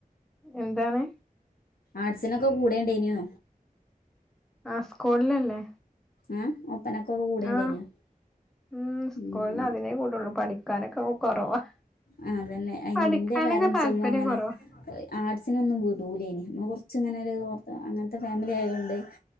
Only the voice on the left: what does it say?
ആർട്സിനൊക്കെ കൂടെണ്ടേയിനിയോ
ആഹ് ഒപ്പനക്കൊക്കെ കൂടെണ്ടായിനോ
ഉം
ആഹ് അതന്നെ അയിന്
ഇന്റെ പേരൻറ്സ്
ഒന്നും അങ്ങനെ
ആർട്സിനൊന്നും വീടൂലേനി നമ്മള് കൊറച്ചിങ്ങനെ ഒരു ഓർ അങ്ങനത്തെ ഫാമിലി ആയോണ്ട്